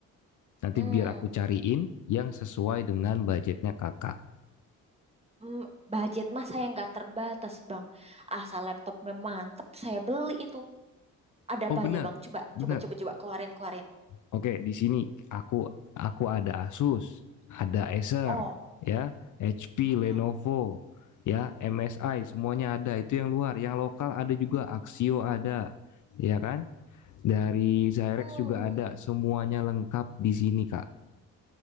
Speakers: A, on the left; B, on the right.
A: Nanti
B: hmm
A: biar aku cariin yang sesuai dengan budgetnya kakak.
B: hmm, budget mah saya nggak terbatas bang asal laptopnya mantep saya beli itu Ada
A: Oh
B: apa
A: benar,
B: aja Bang? Coba,
A: benar.
B: coba, coba, coba keluarin, keluarin.
A: Oke, di sini aku aku ada Asus, ada Acer,
B: Oh,
A: ya, HP,
B: mm-mm.
A: Lenovo, ya, MSI, semuanya ada. Itu yang luar, yang lokal ada juga Axio ada, ya kan? Dari Zyrex
B: Hmm,
A: juga ada, semuanya lengkap di sini, Kak.